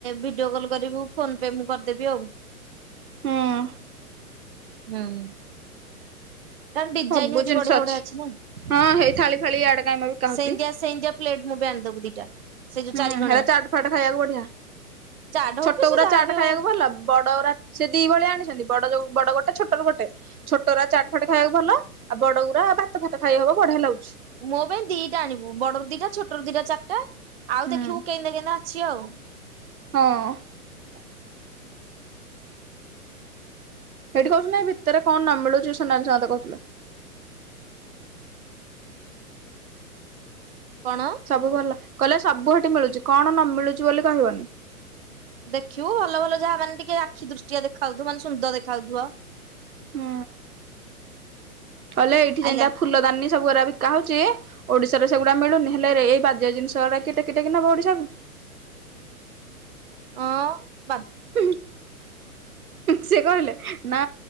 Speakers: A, on the right; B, on the right.
A: ଭିଡିଓ କଲ୍ କରିବୁ, ଫୋନ ପେ ମୁଁ କରିଦେବି ଆଉ।
B: ହଁ।
A: ହୁଁ। କାରଣ ଡିଜାଇନ
B: ସବୁ
A: ଏଠି
B: ଜିନିଷ
A: ବଢିଆ ବଢିଆ ଅଛି ନା,
B: ହଁ ହେଇ ଥାଳି ଫାଳି ଇଆଡେ କାଇଁ ମ ବିକା ହଉଛି
A: ସେମତିଆ ସେମତିଆ ପ୍ଲେଟ୍ ମୋ ପାଈଁ ଆଣି ଦବୁ ଦିଟା। ସେ ଯୋଉ
B: ହୁଁ,
A: ଚାରି କଣିଆ
B: ହେଟା ଚାଟ୍ ଫାଟ ଖାଇବାକୁ ବଢିଆ।
A: ଚାଟ ହଉ
B: ଛୋଟ
A: କି ସେ
B: ଗୁରା
A: ଯାହାବି
B: ଚାଟ
A: ହଉ
B: ଖାଇବାକୁ ଭଲ, ବଡ ଗୁରା ସେ ଦି ଭଳିଆ ଆଣିଛନ୍ତି। ବଡ ଯୋଉ ବଡ ଗୋଟେ ଛୋଟରୁ ଗୋଟେ, ଛୋଟ ଗୋରା ଚାଟ ଫାଟ ଖାଇବାକୁ ଭଲ, ଆଉ ବଡ ଗୁୁରା ଭାତ ଫାତ ଖାଇ ହବ ବଢିଆ ଲାଗୁ
A: ମୋ ପାଇଁ ଦିଟା ଆଣିବୁ, ବଡରୁ ଦିଟା ଛୋଟରୁ ଦିଟା ଚାରିଟା ଆଉ
B: ହୁଁ
A: ଦେଖିବୁ କେନ୍ତିଆ କେନ୍ତିଆ ଅଛି ଆଉ।
B: ହଁ। ସେଇଠି କହୁଚନ୍ତି ନା ଏ ଭିତରେ କଣ ନ ମିଳୁଛି ସୋନାଲିଶା ମତେ କହୁଥିଲେ।
A: କଣ
B: ସବୁ ଭଲ, କହିଲେ ସବୁ ସେଠି ମିଳୁଛି କଣ ନ ମିଳୁଛି ବୋଲି କହିବନି।
A: ଦେଖିବୁ ଭଲ ଭଲ ଯାହା ମାନେ ଟିକେ ଆଖି ଦୃଷ୍ଟିଆ ଦେଖା ହଉଥିବ ମାନେ ସୁନ୍ଦର ଦେଖା ହଉଥିବ।
B: ହୁଁ, କହିଲେ ଏଇଠି
A: ଆଇଲା
B: ଯେମତି ଫୁଲ ଦାନୀ ସବୁଗୁରା ବିକା ହଉଛି ଓଡିଶାରେ ସେଗୁଡା ମିଳୁନି ହେଲେ ରେ ଏଇ ବାଜ୍ୟ ଜିନିଷ ଗୁରା କିଏ ଟେକି ଟେକି ନବ ଓଡିଶାକୁ?
A: ଅନ୍
B: ହୁଁ ହିଁ ସେ କହିଲେ ନା